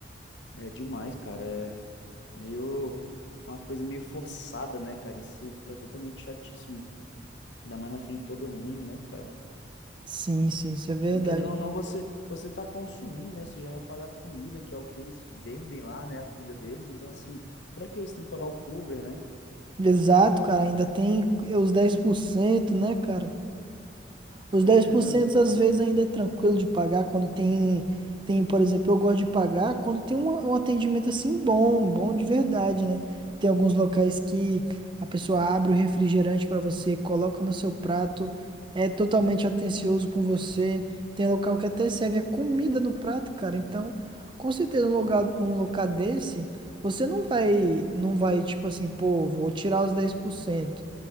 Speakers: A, on the left; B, on the right.
A: É demais, cara. É meio uma coisa meio forçada, né, cara? Isso fica totalmente chatíssimo. Ainda mais na frente de todo mundo, né, cara?
B: Sim, sim, isso é verdade.
A: E querendo ou não, você você está consumindo, né? Você já vai pagar a comida, que é o que eles vendem lá, né? A comida deles. Então, assim, para que você tem que pagar o cover, né?
B: Exato, cara, ainda tem é, os 10%, né, cara? Os
A: Pois
B: dez
A: é,
B: por
A: entendeu?
B: cento às vezes ainda é tranquilo de pagar quando tem, tem, por exemplo, eu gosto de pagar quando tem um, um atendimento assim bom, bom de verdade, né? Tem alguns locais que a pessoa abre o refrigerante para você, coloca no seu prato, é totalmente atencioso com você. Tem local que até serve a comida no prato, cara. Então, com certeza um lugar, um local desse, você não vai, não vai tipo assim, pô, vou tirar os dez por cento